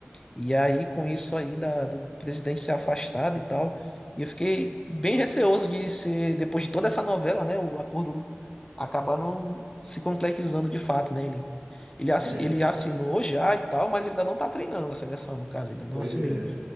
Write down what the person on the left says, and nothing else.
E aí, com isso aí da, do presidente ser afastado e tal, e eu fiquei bem receoso de ser, depois de toda essa novela, né, o acordo acabar não se concretizando de fato, né? Ele, ele, assi-
ele assinou já e tal, mas ele ainda não tá treinando a seleção, no caso, ainda não
assumiu.